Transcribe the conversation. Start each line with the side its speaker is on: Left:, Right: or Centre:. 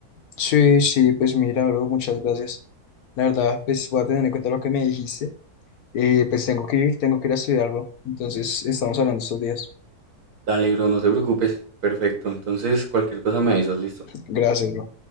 Left: Sí, sí, pues mira, bro, muchas gracias. La verdad, pues voy a tener en cuenta lo que me dijiste. Eh, pues tengo que ir, tengo que ir a estudiar, bro. Entonces, estamos hablando estos días.
Right: Dale, bro, no te preocupes. Perfecto. Entonces, cualquier cosa me avisas, listo.
Left: Gracias, bro.